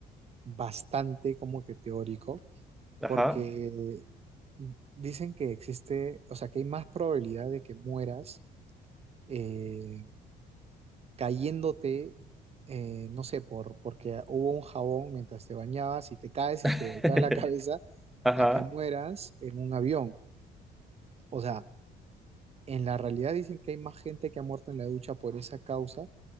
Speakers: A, on the right; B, in the centre.
A: bastante como que teórico,
B: Ajá.
A: porque dicen que existe, o sea, que hay más probabilidad de que mueras eh, cayéndote, eh, no sé, por, porque hubo un jabón mientras te bañabas y te caes y
B: <laughs>
A: te golpeas la cabeza,
B: Ajá.
A: a que mueras en un avión. O sea, en la realidad dicen que hay más gente que ha muerto en la ducha por esa causa